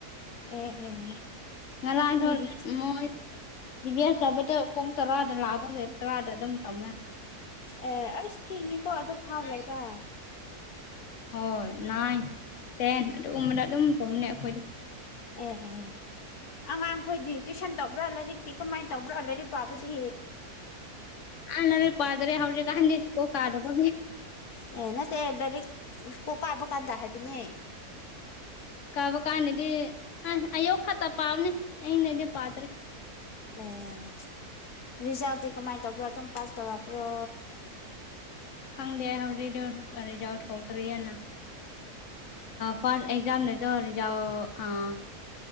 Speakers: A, on the left; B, on the left.
A: ꯑꯦ ꯑꯦ
B: ꯃꯂ ꯑꯗ
A: ꯅꯣꯏꯗꯤ
B: ꯃ <inaudible> <unintelligible> ꯗꯤ ꯚꯌꯥꯁ ꯆꯥꯕꯗ ꯄꯨꯡ ꯇꯔꯥꯗ ꯂꯥꯛꯄꯒꯦ ꯇꯔꯥꯗ ꯑꯗꯨꯝ ꯇꯝꯃꯦ
A: ꯑꯦ ꯑꯩꯁ ꯊꯦꯡꯉꯤꯀꯣ ꯑꯗꯨꯣ ꯐꯥꯕ꯭ꯔꯦꯕ
B: ꯑꯣ ꯍꯣꯏ ꯅꯥꯏꯟ ꯇꯦꯟ ꯑꯗꯨꯒꯨꯝꯕꯗ ꯑꯗꯨꯝ ꯇꯨꯝꯅꯦ ꯑꯩꯈꯣꯏꯗꯤ
A: ꯎꯝ ꯑꯉꯥꯡꯈꯣꯏꯗꯤ ꯇꯨꯏꯁꯟ ꯇꯧꯕ꯭ꯔꯥ ꯂꯥꯏꯔꯤꯛꯇꯤ ꯀꯃꯥꯏꯅ ꯇꯧꯕ꯭ꯔꯥ ꯂꯥꯏꯔꯤꯛ ꯄꯥꯕꯗꯤ
B: ꯑꯅꯔꯦ ꯄꯥꯗ꯭ꯔꯦ ꯍꯧꯔ ꯀꯥꯟꯗ ꯏꯁꯀꯣ ꯀꯥꯗꯄ
A: ꯑꯦꯩꯅ ꯇ ꯂꯥꯏꯔꯤꯛ ꯀꯣꯀꯥꯕꯨ ꯀꯥꯟꯗ ꯍꯥꯏꯕꯅꯦ
B: ꯀꯥꯕ ꯀꯥꯟꯗꯗꯤ ꯑ ꯑꯌꯨꯛ ꯈꯛꯇ ꯄꯥꯕꯅꯦ ꯑꯩꯅꯗꯤ ꯄꯥꯠꯇ꯭ꯔꯦ
A: ꯑꯦ ꯔꯤꯖꯜꯇꯤ ꯀꯃꯥꯏꯅ ꯇꯧꯕ꯭ꯔꯣ ꯑꯗꯨꯝ ꯄꯥꯁ ꯇꯧꯔꯛꯄ꯭ꯔꯣ
B: ꯍꯪꯗꯦ ꯍꯧꯔꯤꯗꯔꯤꯖꯥꯎꯠ ꯍꯣꯗ꯭ꯔꯤ ꯑꯅꯥ ꯐꯥꯔ ꯑꯦꯛꯖꯥꯝ ꯅꯗꯣ ꯌꯥꯥꯎ ꯑꯥ